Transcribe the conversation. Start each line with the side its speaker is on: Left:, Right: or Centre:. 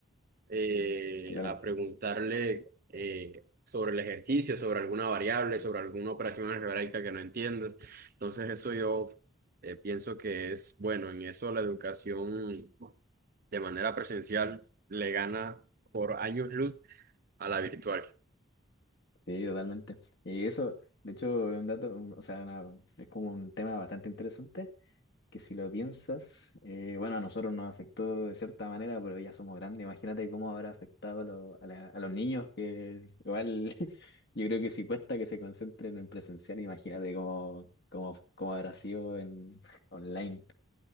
Right: eh,
Left: claro,
Right: a preguntarle eh, sobre el ejercicio, sobre alguna variable, sobre alguna operación algebraica que no entiendes. Entonces eso yo eh, pienso que es bueno. En eso la educación de manera presencial le gana por años luz a la virtual.
Left: sí, totalmente. Y eso, de hecho, es un dato, un- o sea, una- es como un tema bastante interesante que si lo piensas, eh, bueno, a nosotros nos afectó de cierta manera, pero ya somos grandes. Imagínate cómo habrá afectado lo- a, la- a los niños, que igual <laughs> yo creo que si cuesta que se concentren en presencial, imagínate cómo, cómo, cómo habrá sido en <laughs> online.